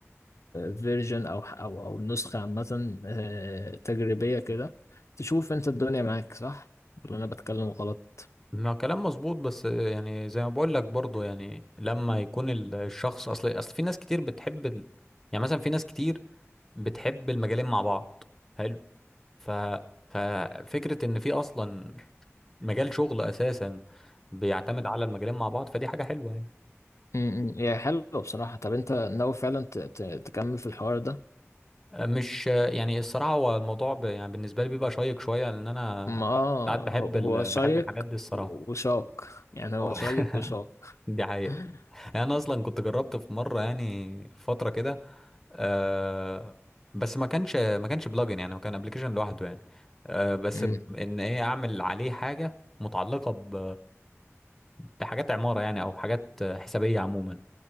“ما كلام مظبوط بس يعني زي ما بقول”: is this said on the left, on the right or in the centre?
Centre